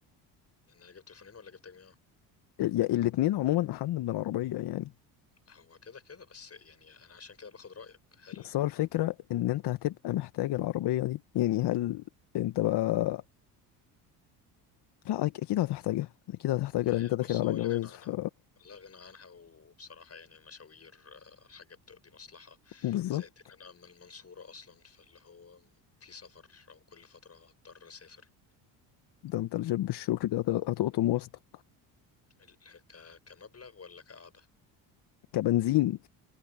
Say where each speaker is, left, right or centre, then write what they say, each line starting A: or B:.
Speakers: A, on the left (about 30°); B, on the left (about 55°).
A: ان انا جبت تليفونين ولا جبت تجميع
B: ال- يا- الاتنين عموما احن من العربية يعني
A: هو كده كده بس يعني انا عشان كده باخد رأيك هل
B: بس هو الفكرة ان انت هتبقى محتاج العربية دي يعني هل انت بقى لا أك- اكيد هتحتاجها اكيد هتحتاجها
A: ما
B: لان انت
A: هي بص
B: داخل على
A: هو
B: جواز
A: لا غنى عنها
B: ف
A: لا غنى عنها وبصراحة يعني المشاوير آه، حاجة بتقضي مصلحة
B: بالظبط
A: زائد إن أنا من المنصورة أصلا فاللي هو في سفر أو كل فترة هضطر أسافر
B: ده انت الجيب الشروكي ده هت- هتقطم وسطك
A: ال- ك... كمبلغ ولا كقعدة
B: كبنزين